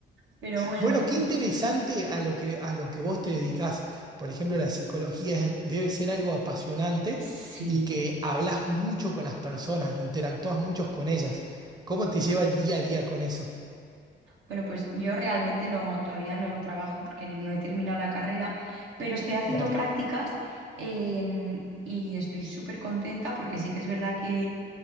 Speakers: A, on the right (about 80°); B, on the right (about 20°).
A: Pero bueno,
B: Bueno, qué interesante a lo que, a lo que vos te dedicás. Por ejemplo, la psicología es- debe ser algo apasionante
A: sí.
B: y que hablas mucho con las personas, interactúas mucho con ellas. ¿Cómo te lleva el día a día con eso?
A: Bueno, pues yo realmente no, todavía no trabajo porque no he terminado la carrera, pero estoy haciendo
B: Claro,
A: prácticas em, y estoy súper contenta porque sí que es verdad que